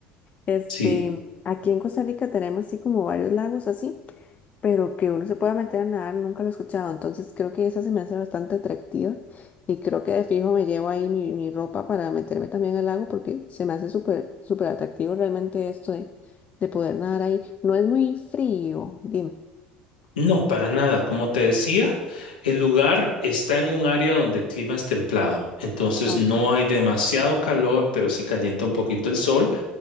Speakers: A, on the left; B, on the left.
A: Este,
B: Sí,
A: aquí en Costa Rica tenemos así como varios lagos así. pero que uno se pueda meter a nadar, nunca lo he escuchado. Entonces creo que esa se me hace bastante atractiva y creo que de fijo me llevo ahí mi, mi ropa para meterme también al lago porque se me hace súper, súper atractivo realmente esto de, de poder nadar ahí. No es muy frío, dime.
B: no, para nada. Como te decía, el lugar está en un área donde el clima es templado, entonces
A: Ok,
B: no hay demasiado calor, pero sí calienta un poquito el sol.